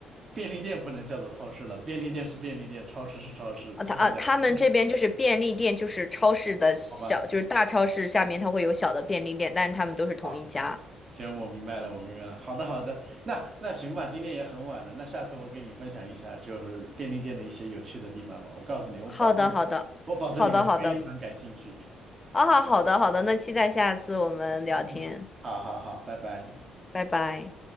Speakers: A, on the right; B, on the left.
A: 便利店不能叫做超市了，便利店是便利店，超市是超市，
B: 啊，
A: 这是两个概念，
B: 他啊，他们这边就是便利店，就是超市的小，
A: 好吧？
B: 就是大超市下面它会有小的便利店，但是他们都是同一家。
A: 好，行，我明白了，我明白了。好的好的，那那行吧，今天也很晚了，那下次我给你分享一下就是便利店的一些有趣的地方吧。我告诉你，我保证你会，
B: 好的，好的，
A: 我保证你会非常感兴趣。
B: 好的，好的，啊，好的好的，那期待下次我们聊天，
A: 嗯嗯，嗯好好好，拜拜。
B: 拜拜。